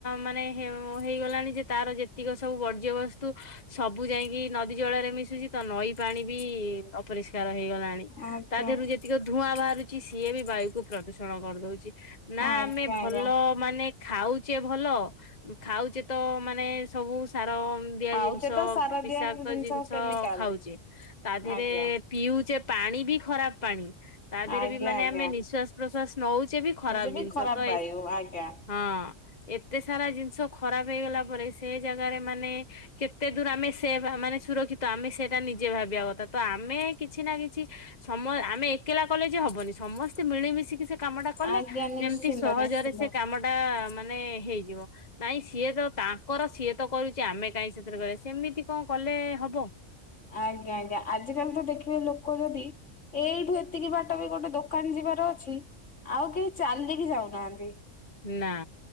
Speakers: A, on the left; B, on the left.
A: ମାନେ ହେ-ହେଇଗଲାଣି ଯେ ତାର ଯେ ଯେତିକ ସବୁ ବର୍ଜ୍ୟବସ୍ତ୍ ତୁ ସବୁ ଯାଇକି ନଦୀ ଜଳରେ ମିଶୁଚି ତ ନଈ ପାଣି ବି ଅପରିଷ୍କାର ହେଇଗଲାଣି।
B: ଆଜ୍ଞା
A: ତା ଦେହରୁ ଯେତିକି ଧୂଆଁ ବାହାରୁଚି ସିଏ ବି ବାୟୁକୁ ପ୍ରଦୂଷଣ କରିଦଉଚି ନା
B: ଆଜ୍ଞା
A: ଆମେ ଭଲ
B: ଆଜ୍ଞା
A: ମାନେ ଖାଉଚେ ଭଲ ଖାଉଚେ ତ ମାନେ ସବୁ ସାର ଦିଆ
B: ଖାଉଛେ
A: ଜିନିଷ
B: ତ ସାର
A: ବିଷାକ୍ତ
B: ଦିଆ
A: ଜିନିଷ
B: କେମିକାଲ
A: ଖାଉଚେ ତା ଦେହରେ
B: ଆଜ୍ଞା
A: ପିଉଚେ ପାଣି ବି ଖରାପ୍ ପାଣି ତା ଦେହରେ
B: ଆଜ୍ଞା
A: ବି ମାନେ
B: ଆଜ୍ଞା
A: ଆମେ ନିଶ୍ଵାସ୍ ନିଶ୍ୱାସ ନଉଚେ ବି ଖରାପ୍
B: ନଚେବି
A: ଜିନିଷ
B: ଖରାପ
A: ତ
B: ବାୟୁ
A: ଏ
B: ଆଜ୍ଞା
A: ହଁ ଏତେ ସାରା ଜିନିଷ ଖରାପ ହେଇଗଲା ପରେ ସେ ଜାଗାରେ ମାନେ କେତେ ଦୂର ଆମେ ସେ ମାନେ ସୁରକ୍ଷିତ ଆମେ ସେଟା ନିଜେ ଭାବିବା କଥା ତ ଆମେ କିଛି ନା କିଛି ସମୟ- ଆମେ ଏକେଲା କଲେ ଯେ ହବନି ସମସ୍ତେ ମିଳିମିଶି ମିଶିକି ସେ କାମ ଟା କଲେ
B: ଆଜ୍ଞା ନିଶ୍ଚିନ୍ତ
A: ଯେମିତି ସହଜରେ
B: ନିଶ୍ଚିନ୍ତ।
A: ସେ କାମ ଟା ମାନେ ହେଇଯିବ। ନାଇଁ ସିଏ ତ ତାଙ୍କର ସିଏ ତ କରୁଚି ଆମେ କାଇଁ ସେଥିରେ କରିବା ସେମିତି କଣ କଲେ ହବ।
B: ଆଜ୍ଞା -ଆଜ୍ଞା ଆଜିକାଲି ତ ଦେଖିବେ ଲୋକ ଯଦି ଏଇଠୁ ଏତିକି ବାଟ ବି ଗୋଟେ ଦୋକାନ୍ ଯିବାର ଅଛି ଆଉ କେହି ଚାଲିକି ଯାଉନାହାନ୍ତି।
A: ନା।